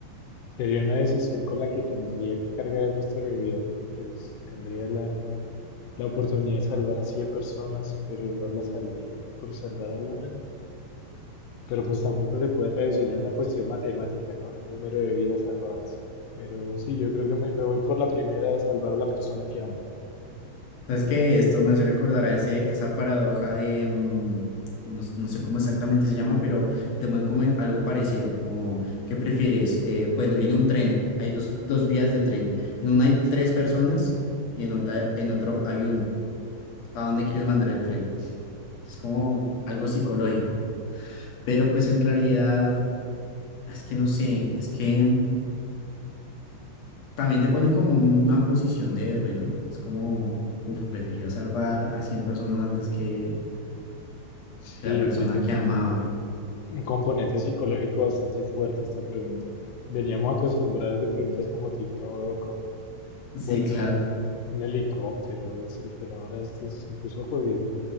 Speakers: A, on the left; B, on the left.
A: sería una decisión con la que tendría que cargar el resto de mi vida, ¿no? Porque pues, tendría la, la oportunidad de salvar a 100 personas, pero no la salvé por salvar a una. Pero pues tampoco se puede reducir a una cuestión matemática, ¿no? El número de vidas salvadas. Pero sí, yo creo que me, me voy por la primera de salvar a la persona que amo.
B: Sabes que esto me hace recordar a ese, esa paradoja de, mm, no, s- no sé cómo exactamente se llama, pero que te ponen como algo parecido, como, ¿qué prefieres? Eh, bueno, viene un tren, hay dos, dos vías de tren. En una hay tres personas y en otra, en otro hay uno. ¿A dónde quieres mandar el tren? Es como algo psicológico. Pero pues en realidad, es que no sé, es que mm, también te pone como una posición de héroe, ¿no? Es como, uff, prefirió salvar a 100 personas antes que
A: Sí,
B: que la persona
A: tiene un,
B: que amaba.
A: un componente psicológico bastante fuerte esta pregunta. Veníamos acostumbrados de preguntas como TikTok o
B: Sí,
A: volar
B: claro.
A: un, un helicóptero o algo así, pero ahora esto se puso jodido.